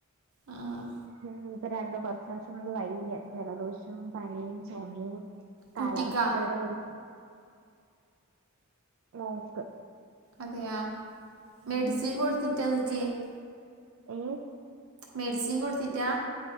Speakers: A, on the right; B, on the right.
A: അ ആഹ്.
B: ഉം. ഇപ്പൊ രണ്ട് കൊർച്ചോസം കൊണ്ട് വയ്യ. ജലദോഷവും പനിയും ചൊമിം കാലാവസ്ഥയുടെരിക്കും.
A: കുട്ടിക്കാ
B: മോക്ക്.
A: അതെയാ മെഡിസി
B: ഉം
A: കൊട്ത്തിട്ട്. <unintelligible>
B: ഏ?
A: മെഡിസിൻ കൊടുത്തിട്ടാ?